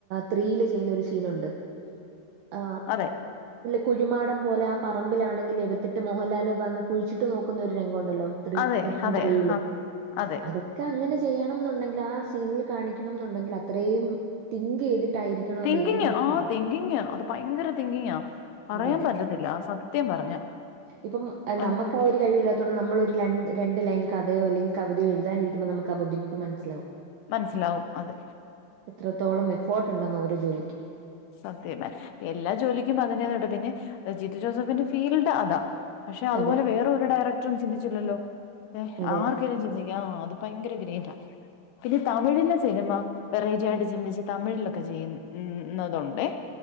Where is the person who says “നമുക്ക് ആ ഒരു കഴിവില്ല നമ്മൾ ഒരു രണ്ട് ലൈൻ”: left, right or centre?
Right